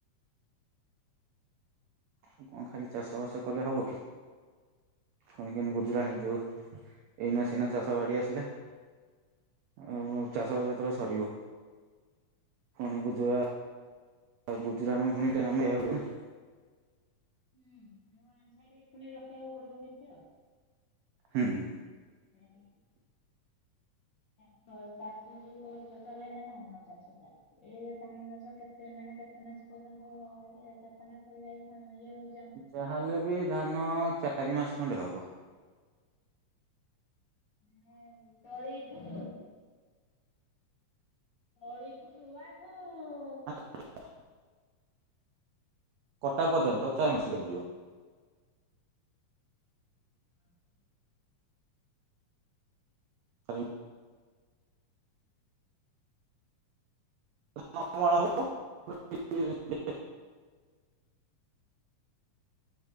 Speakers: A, on the right; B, on the left.
A: ଆଉ କଣ ଖାଲି ଚାଷବାସ କଲେ ହବ କି ଫୁଣି କେନି ଗୁଜୁରାଣ ଯୋଉ ଏଇନା ସିନା ଚାଷ ଗାଡି ଆସିଲା। ଆଉ ଚାଷ ବାସ ଯେତୋଳେ ସରିବ ପୁଣି ଗୁଜୁରା ଅ ଗୁଜୁରାଣକୁ ଫୁଣି ଟାଇମ ଦବାକୁ ପଡିବନା।
B: ହୁଁ ସେ ୱାନ୍ ସାଇଡି ପୁଣି ରଖିବାକୁ ପଡିବ କିଛି ଆଉ।
A: ହୁଁଁ।
B: <unintelligible> <unintelligible> ଚାଷ ଯୋଉ କରୁଚ <unintelligible> ଏନା ଧାନଚାଷ ଚାଲି ଏଇ ଯୋଉ ଧାନ ଚାଷ କେତେ ମାନେ କେତେ ମାସ ପର୍ଯ୍ୟନ୍ତ ଇଏ କେତେ ମାସରେ ଯାଇ ଫୁଣି ଇଏ ହୋଉ
A: ଯାହାହେଲେ ବି ଧାନ ଚାରିମାସ ଖଣ୍ଡେ ହବ।
B: <unintelligible> ତଳିଠୁ ଅଳିଠୁ ରୁଆଠୁ କ
A: କଟା ପର୍ଯ୍ୟନ୍ତ ଚାରି ମାସ ଲାଗିଯିବ।
B: ଆଉ ହଁ।
A: ଚାରି <unintelligible> ହବ। <unintelligible>